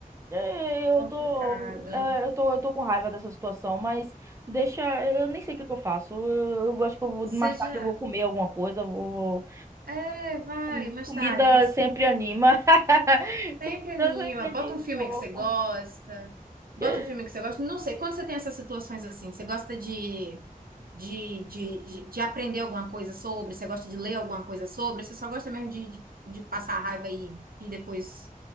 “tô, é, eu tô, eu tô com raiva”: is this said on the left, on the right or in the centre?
Right